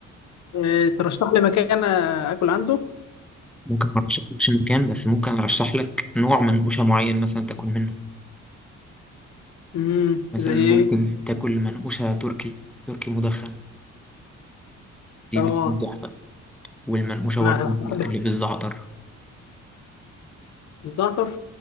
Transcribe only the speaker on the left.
إيه ترشح لي مكان آه، اكل عنده
امم
زي
ايه
اه
انا بحب
الزعتر